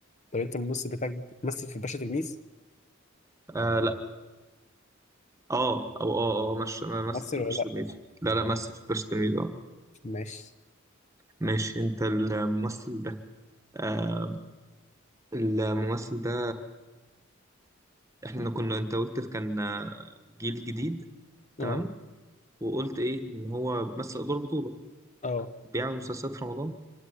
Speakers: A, on the left; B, on the right.
A: طب انت الممثل بتاعك مثل في باشا تلميذ؟
B: آه لا اه او اه اه مش ممثل
A: مثل
B: في باشا
A: ولا لا؟
B: تلميذ لا لا ممثل في باشا تلميذ اه
A: ماشي
B: ماشي انت الممثل ده آه الممثل ده احنا كنا انت قلت كان آه، جيل جديد تمام
A: اه
B: وقلت ايه ان هو بيمثل ادوار بطولة
A: اه
B: بيعمل مسلسلات في رمضان